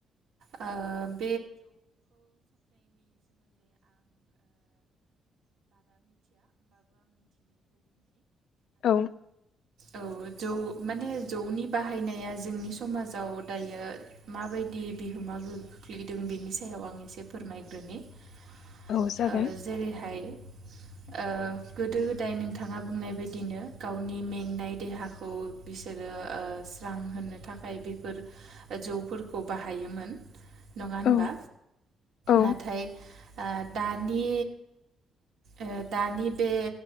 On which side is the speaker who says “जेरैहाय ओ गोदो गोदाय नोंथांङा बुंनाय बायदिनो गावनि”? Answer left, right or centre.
Right